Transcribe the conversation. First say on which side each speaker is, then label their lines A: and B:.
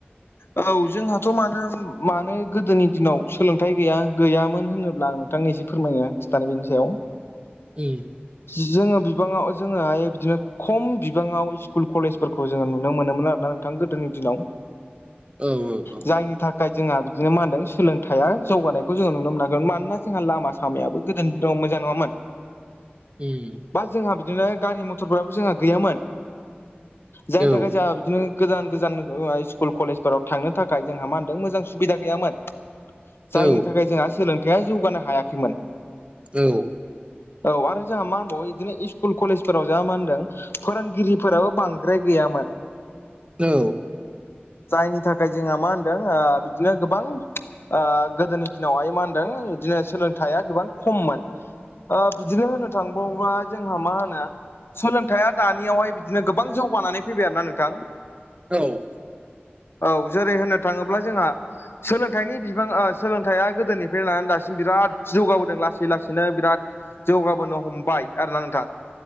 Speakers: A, on the left (about 70°); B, on the right (about 30°).
A: औ जोंहाथ' मानो मानो गोदोनि दिनाव सोलोंथाइ गैया गैयामोन होनोब्लां नोंथांनि एसे फोरमायनो खिथानो बिनि सायाव
B: उम
A: जोङो बिबाङाव जोङोहाय बिदिनो खम बिबाङाव स्कुल कलेज, फोरखौ जोङो नुनो मोनोमोन आरो ना नोंथां गोदोनि दिनाव,
B: औ औ औ
A: जायनि थाखाय जोंहा बिदिनो मा होनदों सोलोंथाइया जौगानायखौ जोङो नुनो मोनाखोन मानोना जोंहा लामा, लामायाबो गोदोनि दिनाव मोजां नङामोन,
B: उम,
A: बा जोंहा बिदिनो गारि मथरफ्राबो जोंहा गैयामोन जायनि
B: औ उम
A: थाखाय जोंहा बिदिनो, गोजान गोजान स्कुल कलेजफोराव थांनो थाखाय जोंहा मा होनदों मोजां सुबिदा गैयामोन। जायनि
B: औ
A: थाखाय जोंहा सोलोंथायाइया जौगानो हायाखैमोन,
B: औ
A: औ आरो जोंहा मा होनबावो बिदिनो स्कुल कलेजफोराव जों मा होनदों, फोरोंगिरिफोराबो बांद्राय गैयामोन।
B: औ
A: जायनि थाखाय जोंहा मा होनदों ओ बिदिनो गोबां, ओ गोदोनि दिनावहाय मा होनदों दिनै सोलोंथाइया गोबां खममोन, ओ बिदिनो होनो थांबावबा जोंहा मा होनो, सोलोंथाइया दानियावहाय बिदिनो गोबां जौगानानै फैबाय आरोना नोंथां,
B: औ
A: औ जेरै होननो थाङोब्ला जोंहा, सोलोंथाइनि बिबां सोलोंथाइया गोदोनिफ्रायनो लानानै दासिम बिराद जौगाबोदों लासै लासैनो बिराद। जौगाबोनो हमबाय आरो ना नोंथां।